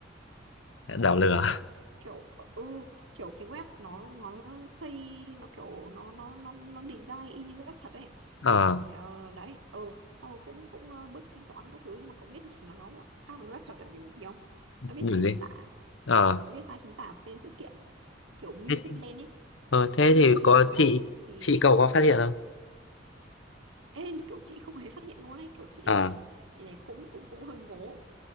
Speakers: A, on the left; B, on the right.
A: đảo lửa?
B: kiểu ừ kiểu cái web nó nó xây nó kiểu nó nó nó nó design y như web thật ấy
A: Ờ,
B: ờ, đấy ờ xong rồi cũng cũng ờ, bước thanh toán các thứ nhưng mà cậu biết <laughs> nó nó khác với web thật là điểm gì không
A: điều
B: nó viết sai
A: gì?
B: chính tả
A: Ờ,
B: nó viết sai chính tả tên sự kiện kiểu Music
A: thế,
B: Land ấy
A: ờ, thế
B: Music
A: thì
B: Land
A: có
B: đúng
A: chị
B: không thì
A: chị cậu có phát hiện không?
B: ê kiểu chị không hề phát hiện luôn ấy kiểu chị
A: ờ
B: <laughs> chị này cũng cũng cũng hơi ngố